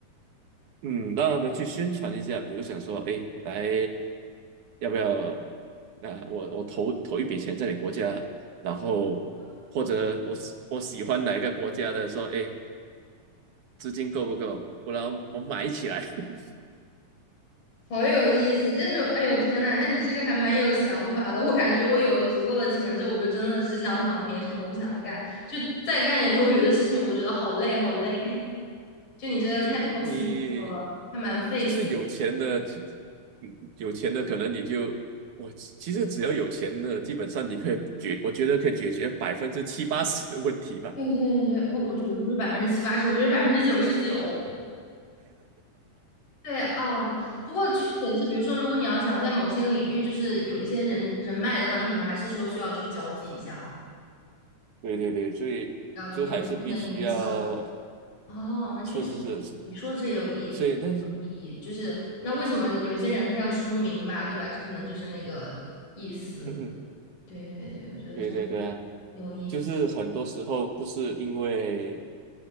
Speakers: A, on the right; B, on the left.
A: 嗯，让他们去宣传一下，比如想说，哎，来，要不要？啊，我我投投一笔钱在你国家，然后或者我喜我喜欢哪一个国家的，说，哎，资金够不够？不然我买起来。<laughs>
B: 好有意思，但是哎呦天呐，那你这个还蛮有想法的。我感觉我有了足够的钱之后，我就真的只想躺平，什么都不想干，就再干点多余的事情，我就觉得好累好累。就你这个太动心思了，
A: 就你
B: 还蛮费心。
A: 就是有钱的，就嗯有钱的可能你就我其实只要有钱的，基本上你可以解，我觉得可以解决百分之七八十的问题吧。
B: 对对对，我我觉得不是百分之七八十，我觉得百分之九十九。对，嗯，不过确实也是，比如说，如果你要想在某些领域就是有一些人人脉的话，你可能还是说需要去交际一下哦，
A: 对对对，所以就还是必须要，
B: 要有一定的影响。哦，那确实，
A: 是是是是，
B: 你说这有意有意义，
A: 所以那是，<laughs>
B: 就是那为什么有些人他要出名吧，对吧？这可能就是那个意思。
A: 嗯哼
B: 对对对，我觉得真
A: 对对对啊
B: 有意思。
A: 就是很多时候不是因为